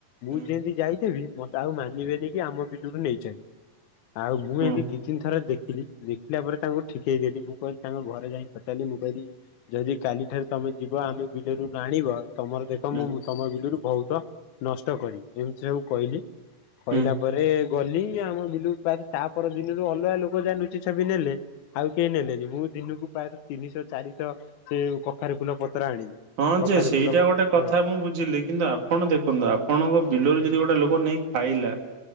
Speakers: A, on the left; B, on the right.
A: ମୁଁ
B: ହୁଁ
A: ଯେଇଁତି ଯାଇଥିବି ମତେ ଆଉ ମାନିବେନି କି ଆମ ବିଲୁରୁ ନେଇଚନ୍ତି। ଆଉ ମୁଁ
B: ହୁଁ
A: ଏନ୍ତି ଦି ତିନି ଥର ଦେଖିଲି। ଦେଖିଲା ପରେ ତାଙ୍କୁ ଠିକେଇଦେଲି ମୁଁ କହିଲି ତାଙ୍କ ଘରେ ଯାଇଁ ପଚାରିଲି ମୁଁ କହିଲି ଯଦି କାଲି ଠାରୁ ତମେ ଯିବ ଆମେ ବିଲରୁ ନଆଁ ଣିବ ତମର ଦେଖ
B: ହୁଁ
A: ମୁଁ ତମ ବିଲରୁ ଭଉତ ନଷ୍ଟ କରିବି ଏମିତି ସବୁ କହିଲି। କହିଲା
B: ହୁଁ।
A: ପରେ ଗଲି ଆମ ବିଲୁ ତାପର ଦିନରୁ ଅଲଗା ଲୋକ ଯା ଲୁଚି ଛପି ନେଲେ ଆଉ କେହି ନେଲେନି ମୁଁ ଦିନକୁ ପ୍ରାୟଃ ତିନିଶହ ଚାରିଶହ ସେ ଯୋଉ କଖାରୁ ଫୁଲ ପତ୍ର ଆଣିବି
B: ହଁ
A: କଖାରୁ
B: ଯେ ସେଇଟା
A: ଫୁଲ ପ
B: ଗୋଟେ କଥା
A: ହଁ
B: ମୁଁ ବୁଝିଲି କିନ୍ତୁ ଆପଣ ଦେଖନ୍ତୁ ଆପଣଙ୍କ ବିଲରୁ ଯଦି ଗୋଟେ ଲୋକ ନେଇ ଖାଇଲା